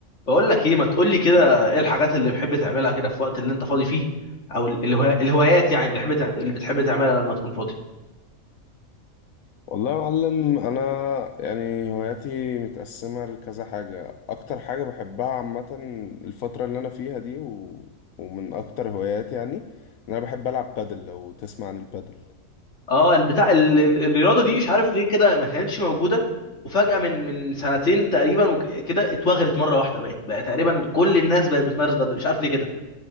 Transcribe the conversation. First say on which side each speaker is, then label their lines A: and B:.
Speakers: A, on the left; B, on the left.
A: بقول لك ايه ما تقول لي كده ايه الحاجات اللي بتحب تعملها كده في وقت اللي انت فاضي فيه او ال- الهوا- الهوايات يعني اللي بتحب تع- اللي بتحب تعملها لما تكون فاضي
B: والله يا معلم انا يعني هواياتي متقسمه لكذا حاجه اكتر حاجه بحبها عامه الفتره اللي انا فيها دي و... ومن اكتر هواياتي يعني ان انا بحب العب بادل لو تسمع عن البادل
A: اه البتاع ال- ال- الرياضه دي مش عارف ليه كده ما كانتش موجوده وفجاه من من سنتين تقريبا وك- كده اتوغرت مره واحده بقت بقى تقريبا كل الناس بقت بتمارس بدل مش عارف ليه كده